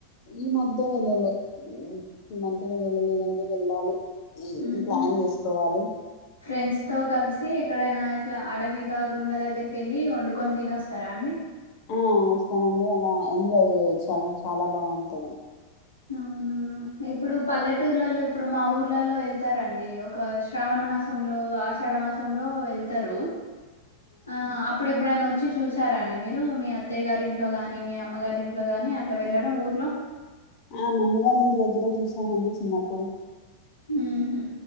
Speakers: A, on the left (about 40°); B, on the left (about 75°).
A: ఈ మధ్య వెళ్ళలే ఈ మధ్య వెళ్ళలేదండి వెళ్ళాలి
B: ఉహు
A: ఈ ప్లాన్ వేసుకోవాలి
B: ఫ్రెండ్స్ తో కలిసి ఎక్కడైనా ఇట్లా అడవిలాగు ఉన్న దగ్గరికి వెళ్ళి వండుకొని తిని వస్తారా అండి
A: ఆ వస్తానండి అలా ఎంజాయ్ చేయచ్చు ఆలా చాలా బాగుంటది
B: అవునా ఇప్పుడు పల్లెటూర్లలో ఇప్పుడు మా ఊర్లలో వెళ్తారండి ఒక శ్రావణ మాసంలో ఆషాఢ మాసంలో వెళ్తారు ఆ అప్పుడ ఎప్పుడు న వచ్చి చూసారారండి మీరు మీ అ అత్తయ గారింట్లో గా మీ అమ్మగారి ఇంట్లో లో గాని అట్లా వెళ్ళడం ఊర్లో
A: ఆ మమ్మీ వాళ్ళు ఇంటి దగ్గర చూసామండి చిన్నప్పుడు
B: హ్మ్